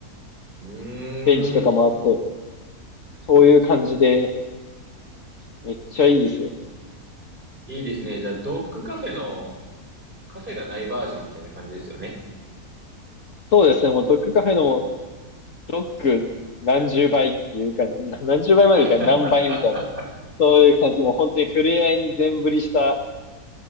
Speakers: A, on the right; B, on the left.
A: い。うーん、
B: ベンチとかもあって、そういう感じで、めっちゃいいですよ。
A: いいですね。じゃあ、ドッグカフェのカフェがないバージョンみたいな感じですよね。
B: そうですね、もうドッグカフェのも、ドッグ何十倍っていうか、な何十倍までいかない何倍みたいな。
A: <laughs>
B: そういう感じ、もう本当に触れ合いに全振りした